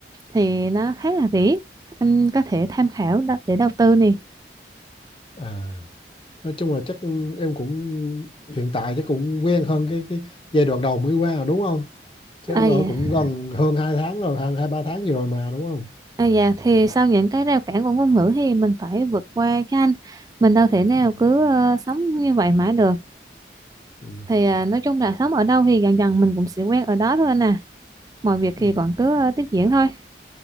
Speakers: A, on the right; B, on the left.
A: thì nó khá là rẻ anh có thể tham khảo đo- để đầu tư nè
B: à nói chung là chắc em cũng hiện tại chắc cũng quen hơn cái cái giai đoạn đầu mới qua rồi đúng không chứ em
A: à
B: ở
A: dạ
B: cũng gần hơn hai tháng rồi hai hai ba tháng gì rồi mà đúng không
A: à dạ thì sau những cái rào cản của ngôn ngữ thì mình phải vượt qua cho anh mình đâu thể nào
B: ừ.
A: cứ ờ, sống như vậy mãi được
B: Ừ.
A: thì à, nói chung là sống ở đâu thì dần dần mình cũng sẽ quen ở đó thôi anh à mọi việc
B: Ừ.
A: thì còn cứ ờ, tiếp diễn thôi